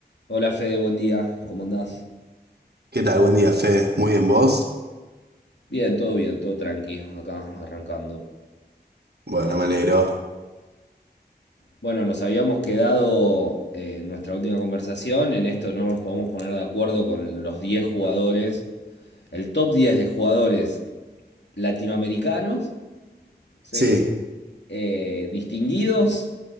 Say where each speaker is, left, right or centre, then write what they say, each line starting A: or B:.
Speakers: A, on the left; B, on the right.
A: Hola Fede, buen día, ¿cómo andás?
B: ¿Qué tal? Buen día, Fede. ¿Muy bien vos?
A: Bien, todo bien, todo tranqui, acá arrancando.
B: Bueno, me alegro.
A: Bueno, nos habíamos quedado eh, en nuestra última conversación, en esto no nos podemos poner de acuerdo con los diez jugadores, el top diez de jugadores latinoamericanos, ¿sí?
B: Sí,
A: Eh, distinguidos,